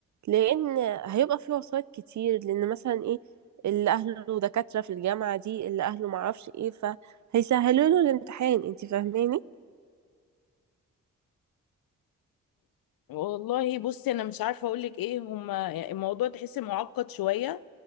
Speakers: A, on the right (about 55°); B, on the left (about 75°).
A: لان هيبقى فيه وسايط كتير لان مثلا ايه اللي اهله دكاترة في الجامعة دي اللي اهله معرفش ايه فهيسهلوا له الامتحان انت فاهماني
B: والله بصي انا مش عارفة اقولك ايه هما الموضوع تحس معقد شوية